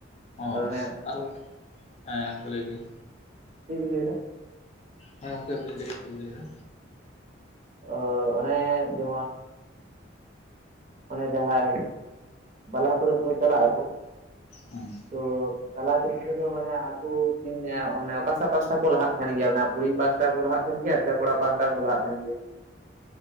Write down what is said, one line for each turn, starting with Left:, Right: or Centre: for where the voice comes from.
Left: ᱚᱸ
Right: ᱟᱫᱚ ᱚᱱᱮ
Left: ᱟᱨ ᱮᱸ ᱜᱚᱝᱠᱮ ᱞᱟᱹᱭ ᱵᱤᱱ
Right: ᱪᱮᱫ ᱵᱤᱱ ᱞᱟᱹᱭᱮᱫᱟ
Left: ᱦᱮᱸ ᱜᱚᱝᱠᱮ ᱟᱹᱵᱤᱱ ᱞᱟ. ᱭᱵᱤᱱ ᱪᱮᱫ ᱵᱤᱱ ᱞᱟᱹᱭ ᱮᱫᱟ
Right: ᱚ ᱚᱱᱮ ᱡᱮᱢᱚᱱ ᱚᱱᱮ ᱡᱟᱦᱟᱸᱨᱮ ᱵᱟᱞᱟ <unintelligible> ᱠᱚ ᱪᱟᱞᱟᱜ ᱟᱠᱚ
Left: ᱚᱸ
Right: ᱛᱚ ᱪᱟᱞᱟ ᱠᱷᱮᱛᱨᱚ ᱫᱚ ᱢᱟᱱᱮ ᱟᱠᱚ ᱠᱤᱱ ᱢᱟᱱᱮ ᱚᱠᱟᱥᱮ ᱯᱟᱥᱴᱟ ᱠᱚ ᱞᱟᱦᱟᱜ ᱛᱟᱦᱮᱱ ᱜᱮᱭᱟ ᱚᱱᱟ ᱠᱩᱲᱤ ᱯᱟᱦᱴᱟ ᱠᱚ ᱞᱟᱦᱟᱜ ᱛᱟᱦᱮᱱ ᱜᱮᱭᱟ ᱥᱮ ᱠᱚᱲᱟ ᱯᱟᱦᱟᱴᱟ ᱠᱚ ᱞᱟᱦᱟᱜ ᱛᱟᱦᱮᱱ ᱜᱮᱭᱟ